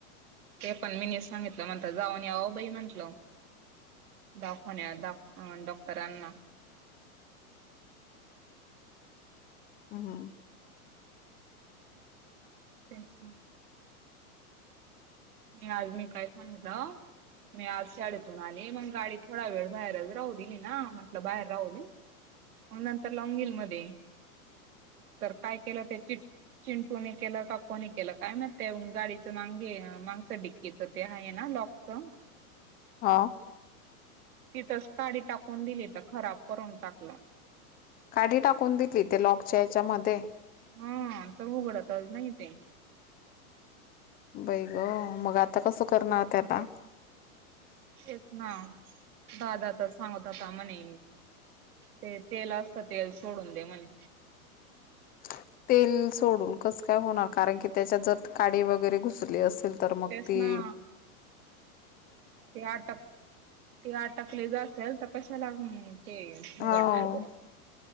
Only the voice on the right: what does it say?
ते पण मीनी सांगितलं म्हणत जाऊन याव बाई म्हंटल दाखवण्यात डॉक्टरांना
<unintelligible> मी आज मी काय सांगितलं मी आज शाळेतून आली मग गाडी थोडा वेळ बाहेरच राहू दिली ना म्हटलं बाहेर राहू न मग नंतर लॉंगिल मध्ये तर काय केलं त्या च चिंटू केलं काकोे केलं काय मत गाडीच मांगे डकीच ते आहे ना लॉकच
तिथंच काडी टाकून दिली तर खराब करून टाकलं
हा तर उघडत नाही ते
तेच ना दादाता सांगत आता म्हणे ते तेल असत तेल सोडून दे म्हणे
तेच ना ते अटक ते अटकले ज असेल तर कस ला ते
उघडणार बरं